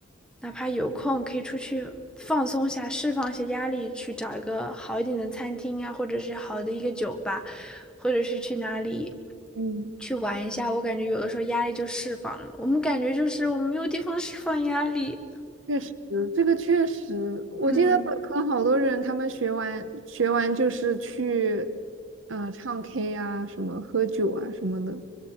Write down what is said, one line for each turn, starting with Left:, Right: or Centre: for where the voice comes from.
Centre: 哪怕有空可以出去放松一下，释放一些压力，去找一个好一点的餐厅啊，或者是好的一个酒吧，或者是去哪里
Right: 嗯
Centre: 去玩一下。我感觉有的时候压力就释放了嘛我们感觉就是我们没有地方释放压力。
Right: 确实，这个确实，我记得本科好多人他们学完学完就是去，
Centre: 嗯，
Right: 呃，唱 K 啊，什么喝酒啊什么的，